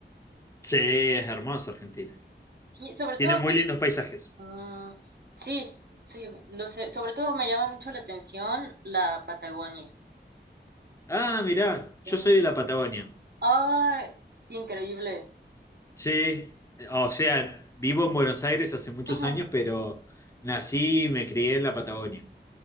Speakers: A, on the left (about 15°); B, on the right (about 60°).
A: Sí, es hermoso Argentina.
B: Sí, sobre
A: Tiene
B: todo,
A: muy lindos paisajes.
B: mm, sí, sí, lo sé. Sobre todo me llama mucho la atención la Patagonia.
A: Ah, mirá, yo
B: Eh,
A: soy de la Patagonia.
B: ¡Ay! qué increíble.
A: Sí, o sea, vivo en Buenos Aires hace muchos
B: Ujú,
A: años, pero nací y me crié en la Patagonia.